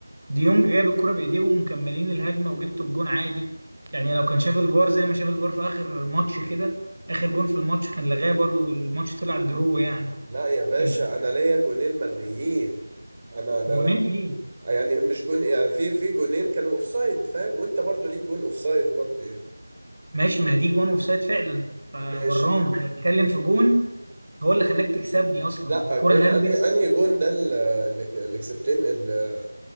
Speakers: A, on the right (about 45°); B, on the right (about 25°).
A: ديونج جايب الكرة بايديه ومكملين الهجمة وجبت الجون عادي يعني لو كان شاف الفار زي ما شاف الفار في اخر ماتش كده اخر جون في الماتش كان لغاه برضو والماتش طلع درو يعني
B: لا يا باشا
A: كان
B: انا ليا جونين ملغيين انا ده
A: جونين
B: لا
A: ايه
B: يعني مش جون يعني في في جونين كانوا اوفسايد فاهم وانت برضو ليك جون اوفسايد برضو يعني
A: ماشي ما دي جون اوف سايد فعلا فبرانه
B: ماشي
A: انا بتكلم في جون هو اللي خلاك تكسبني اصلا
B: لا
A: الكرة
B: الجون
A: هندس
B: انهي انهي جون ده ال- اللي ك- اللي كسبتين ال-